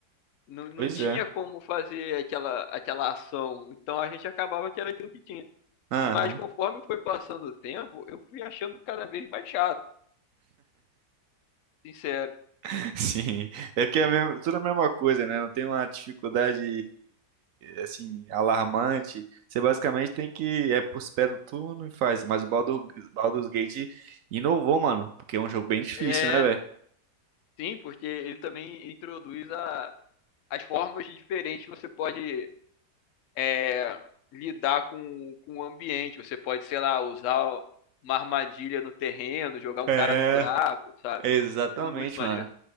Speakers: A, on the left; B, on the right.
A: Não, não
B: Pois
A: tinha
B: é.
A: como fazer aquela, aquela ação. Então a gente acabava que era aquilo que tinha.
B: Aham.
A: Mas conforme foi passando o tempo, eu fui achando cada vez mais chato, sincero.
B: <laughs> Sim, é porque é mesmo- tudo é a mesma coisa, né? Não tem uma dificuldade assim alarmante. Você basicamente tem que é por pé do turno e faz. Mas o Baldur, Baldur's Gate inovou, mano, porque é um jogo bem difícil,
A: É,
B: né, velho?
A: sim, porque ele também introduz a, as formas diferentes que você pode é, lidar com, com o ambiente. Você pode, sei lá, usar uma armadilha no terreno, jogar um
B: É,
A: cara no buraco, sabe?
B: exatamente,
A: É muito maneiro.
B: mano.